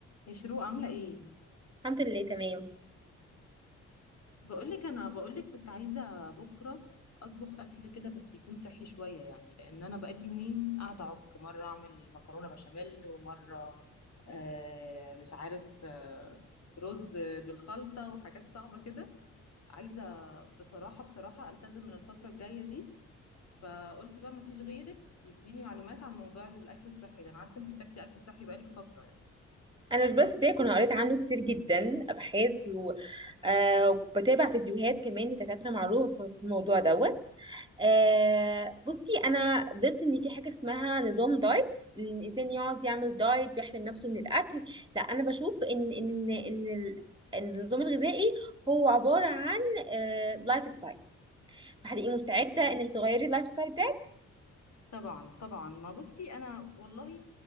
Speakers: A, on the left; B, on the right.
A: يا شروق عاملة ايه؟
B: الحمد لله تمام
A: بقولك انا بقولك كنت عايزة بكرة اطبخ اكل كده بس يكون صحي شوية يعني لان انا بقالي يومين قاعدة اعك مرة اعمل مكرونة بشاميل ومرة آه مش عارف آه رز بالخلطة وحاجات صعبة كده عايزة بصراحة بصراحة التزم من الفترة الجاية دي فقلت بقى مفيش غيرك يديني معلومات عن موضوع الاكل الصحي ده انا عارفة انتي بتاكلي اكل صحي بقالك فترة يعني
B: انا مش بس باكل انا قريت عنه كتير جدا ابحاث و- آه، وبتابع فيديوهات كمان لدكاتره معروفه في الموضوع دوت آه، بصي انا ضد ان في حاجه اسمها نظام دايت ان الانسان يقعد يعمل دايت ويحرم نفسه من الاكل لا انا بشوف ان ان ان ال- إن النظام الغذائي هو عباره عن لايف ستايل فهتبقي مستعده انك تغيري اللايف ستايل بتاعك
A: طبعا طبعا ما بصي انا والله